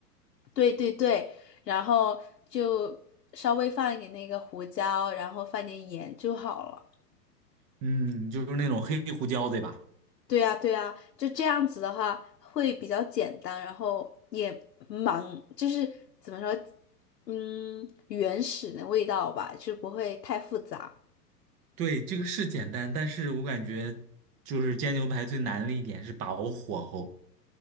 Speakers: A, on the left; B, on the right.
A: 对对对，然后就稍微放一点那个胡椒，然后放点盐就好了。
B: 嗯，就是那种黑胡椒，对吧？
A: 对呀对呀，就这样子的话会比较简单，然后也蛮就是怎么说，嗯，原始的味道吧，就不会太复杂。
B: 对，这个是简单，但是我感觉就是煎牛排最难的一点是把握火候